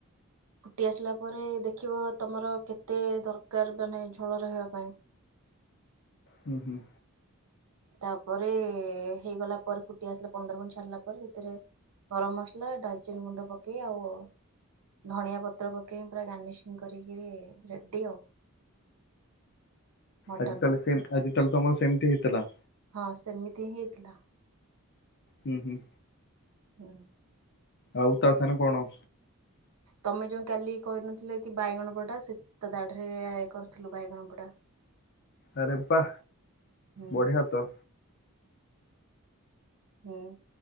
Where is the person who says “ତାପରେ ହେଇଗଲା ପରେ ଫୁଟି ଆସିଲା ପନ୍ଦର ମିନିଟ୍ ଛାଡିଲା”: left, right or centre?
Right